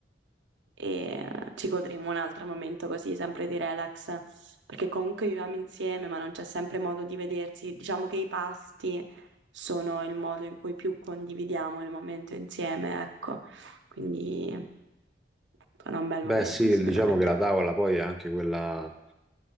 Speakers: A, on the right (about 80°); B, in the centre.
A: e eh, ci godremo un altro momento così, sempre di relax, perché comunque viviamo insieme, ma non c'è sempre modo di vedersi. Diciamo che i pasti sono il modo in cui più condividiamo il momento insieme, ecco. Quindi sarà un bel
B: Beh,
A: momento
B: sì,
A: sicuramente.
B: diciamo che la tavola poi è anche quella,